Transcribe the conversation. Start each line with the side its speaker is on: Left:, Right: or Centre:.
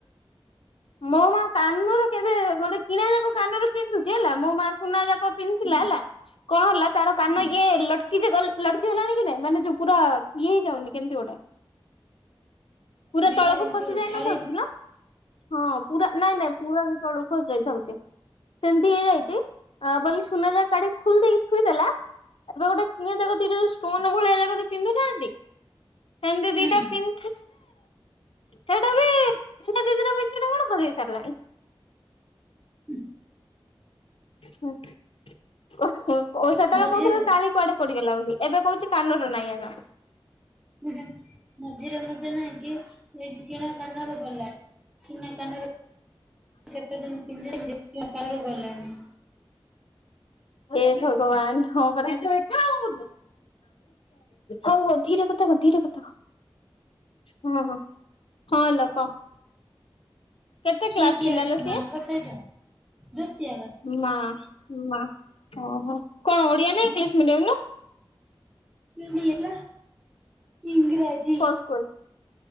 Left: ମୋ ମା କାନର କେବେ ଗୋଟେ କିଣା ଯାକ କାନରେ ପିନ୍ଧୁଛି ହେଲା ମୋ ମା ସୁନା ଯା କ ପିନ୍ଧଥିଲା
Centre: ହୁଁ
Left: ହେଲା କଣ ହେଲା ତାର କାନ
Centre: ହୁଁ
Left: ଇଏ ଲଟ କିଯେ ଗଲ ଲଡକି ହେଲାଣି କି ନାଇଁ ମାନେ ଯୋ ପୁରା ଇଏ ହେଇଯାଉନି କେମିତି ଗୋଟେ ପୁରା
Centre: ବେଲେ
Left: ତଳକୁ ଖସି
Centre: ଯୋଉ
Left: ଯାଇ
Centre: ଛାଡି
Left: ନଥାଉ <unintelligible> ହଁ ପୁରା ନାଇଁ ନାଇଁ ପୁରାଯେ ତଳକୁ ଖସ ଯାଇଥାଉଚି ସେମିତି ହେଇଯାଇ ବୋଲି ସୁନା ଯା କାଢ଼ି ଖୋଲିଲ ଦେଇକି ଥୁଇ ଦେଲା <unintelligible> ଷ୍ଟୋନ ଭଳିଆ ପିନ୍ଧୁ ନାହାନ୍ତି ସେମିତି
Centre: ହୁଁ
Left: ଦିଇଟା ପିନ୍ ସେଇଟାବି <unintelligible> କଣ ଖୋଲି ହେଇ ସାରିଲାଣି
Centre: ହୁଁ।
Left: <inaudible> ସେତେବେଳ
Centre: ମଝିରେ
Left: କହୁଥିଲା ତାଳି କୁଆଡେ ପଡିଗଲା ବୋଲି ଏବେ କହୁଛି କାନରୁ ନଇ ଏଗା।
Centre: ଉଁହୁ ମଝିରେ ମୁଦେ ନାଇଁ କି ଏଇ ଯୋଉ କିଣା କାନର ଗଲାଏ ସୁନା କାନରେ କେତେଦିନ ପିନ୍ଧି <inaudible> କାହାର ଗଲଣିି।
Left: ଏ ଭଗବାନ ହଁ ପରା ହଉ ହଉ ଧୀରେ କଥା କ ଧୀରେ କଥା କ। ହଁ ହଁ ହଁ ଲୋ କହ। କେତେ
Centre: କିଏ
Left: କ୍ଲାସ
Centre: କିଏ
Left: ପିଲାଲୋ
Centre: ଅଛ
Left: ସିଏ?
Centre: ମାଙ୍କ ସହିତ ଦତିଆଲ
Left: ମା ମା ଓହୋ କଣ ଓଡିଆ ନା ଇଂଲିଶ ମିଡିୟମ ନା?
Centre: ହଡିଲା ଇଂରାଜ
Left: କ ସ୍କୁଲ